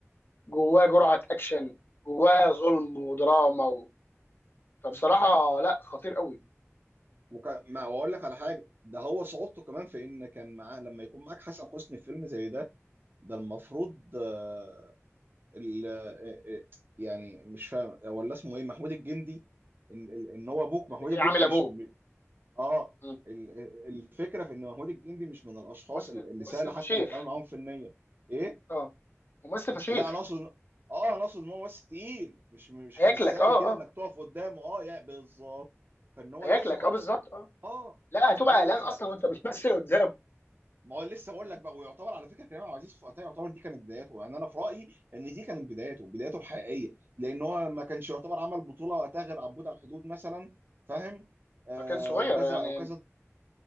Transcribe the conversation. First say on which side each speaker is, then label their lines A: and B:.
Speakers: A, on the left; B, on the right.
A: جواه جرعة أكشن جواه ظلم ودراما و... فبصراحة لا خطير قوي
B: وكان ما اقول لك على حاجه ده هو صعوبته كمان في ان كان معاه لما يكون معاك حسن حسني في فيلم زي ده ده المفروض آه، ال- آه، آه، يعني مش فاهم ولا اسمه ايه محمود الجندي ان إن- إن هو ابوك
A: اللي
B: محمود
A: جاي
B: الجندي
A: عامل
B: مش
A: أبوه
B: م- اه
A: مم.
B: ال- ال- الفكره في ان محمود الجندي مش من الاشخاص
A: ممثل
B: ال-
A: ممثل
B: اللي سهل حتى
A: فشيخ
B: انك تعمل معاهم فنيا ايه
A: اه ممثل فشيخ
B: لا انا اقصد اه انا اقصد ان هو ممثل تقيل مش مش
A: هياكلك
B: من السهل
A: اه
B: كده انك
A: اه
B: تقف قدامه اه يا بالظبط فان هو
A: هياكلك
B: يظهر
A: اه بالظبط اه
B: اه
A: لا
B: فان
A: هتبقى
B: هو
A: قلقان
B: يظهر
A: أصلا وأنت <laughs> بتمثل قدامه
B: ما هو لسه بقول لك بقى ويعتبر على فكره كريم عبد العزيز في وقتها يعتبر دي كانت بداياته يعني انا في رايي ان دي كانت بداياته بدايته الحقيقيه لان هو ما كانش يعتبر عمل بطوله وقتها غير عبود على الحدود مثلا فاهم آه
A: فكان صغير
B: وكذا
A: يعني
B: وكذا